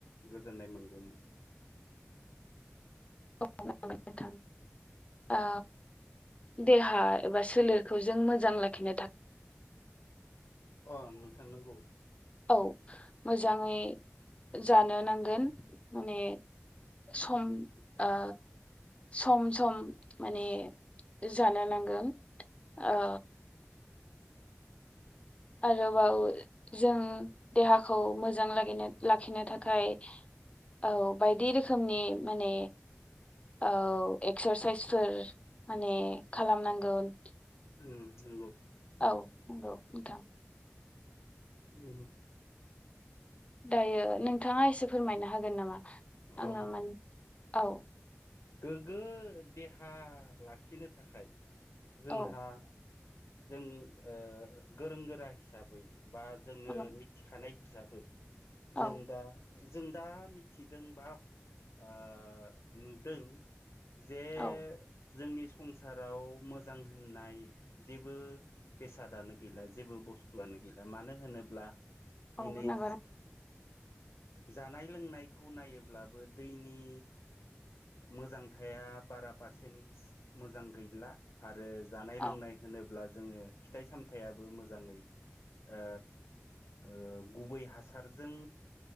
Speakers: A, on the left; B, on the left.
A: गोजोननाय मोनगौमोन। <inaudible>
B: नांगोन नोंथां औ देहा एबा सोलेरखौ जों मोजां लाखिनो था
A: अ नोंथां नंगौ‌।
B: औ मोजाङै जानो नांगोन माने सम ओ सम सम माने जानो नांगोन ओ
A: <inaudible>
B: आरोबाव जों देहाखौ मोजां लगिनो लाखिनो थाखाय औ बायदि रोखोमनि माने औ एक्सारसाइसफोर माने खालाम नांगोन।
A: उम नंगौ।
B: औ नंगौ नोंथां।
A: उम
B: दायो नोंथाङा एसे फोरमायनो हागोन नामा
A: औ
B: आङो माने औ।
A: गोग्गो देहा लाखिनो थाखाय जोंहा
B: औ
A: जों ओ गोरों गोरा हिसाबै बा जोङो
B: औ
A: मिथिखानाय हिसाबै
B: औ
A: जों दा जों दा मिथिदोंबा ओ नुदों। जे
B: औ
A: जोंनि संसाराव मोजां होननाय जेबो बेसादानो गैला जेबो बुस्थुआनो गैला मानो होनोब्ला दिनै
B: औ नंगौ ना?
A: जानाय लोंनायखौ नायोब्लाबो दैनि मोजां थाया बारा पारसेन्ट मोजां गैला आरो जानाय लोंनाय
B: औ
A: होनोब्ला जोङो फिथाइ सामथायाबो मोजाङै ओ ओ गुबै हासारजों